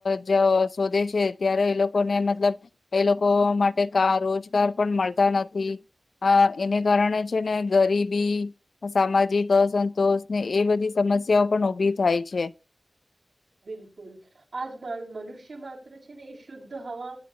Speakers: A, on the left; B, on the right.
A: જ શોધે છે. ત્યારે એ લોકોને મતલબ એ લોકો માટે કા રોજગાર પણ મળતા નથી. અ એને કારણે છે ને ગરીબી, સામાજિક અસંતોષને એ બધી સમસ્યાઓ પણ ઉભી થાય છે.
B: બિલકુલ આજ મનુષ્ય માત્ર છે. ને એ શુદ્ધ હવા